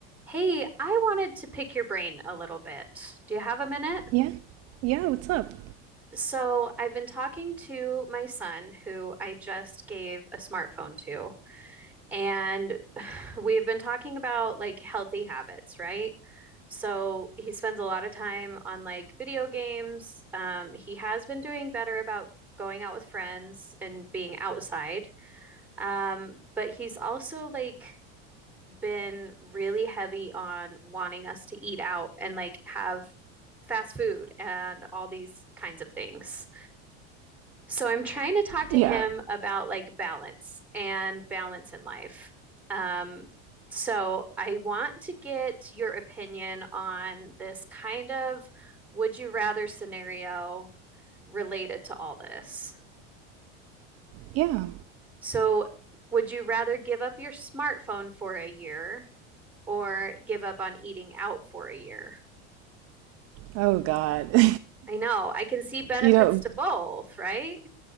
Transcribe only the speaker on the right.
Yeah. Yeah, what's up?
Yeah,
yeah.
Oh God. <laughs>
You know,